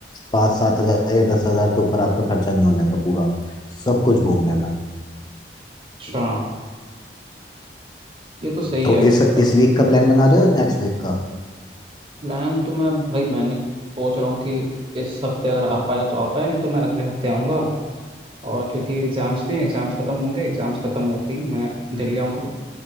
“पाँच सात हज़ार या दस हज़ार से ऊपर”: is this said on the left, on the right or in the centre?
Left